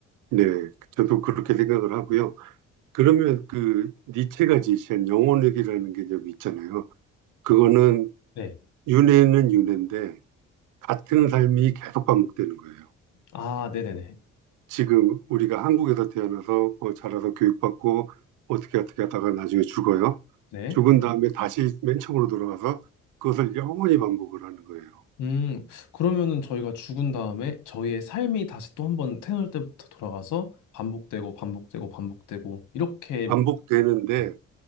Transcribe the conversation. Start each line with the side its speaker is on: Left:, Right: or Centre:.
Right: 네, 저도 그렇게 생각을 하고요. 그러면 그 니체가 제시한 영혼회귀라는 개념이 있잖아요. 그거는
Left: 네,
Right: 윤회는 윤회인데 같은 삶이 계속 반복되는 거예요.
Left: 아, 네네네.
Right: 지금 우리가 한국에서 태어나서 뭐 자라서 교육받고 어떻게 어떻게 하다가 나중에 죽어요.
Left: 네,
Right: 죽은 다음에 다시 맨 처음으로 돌아가서 그것을 영원히 반복을 하는 거예요.
Left: 음, 그러면은 저희가 죽은 다음에 저희의 삶이 다시 또 한번 태어날 때부터 돌아가서 반복되고 반복되고 반복되고 이렇게
Right: 반복되는데
Left: 네,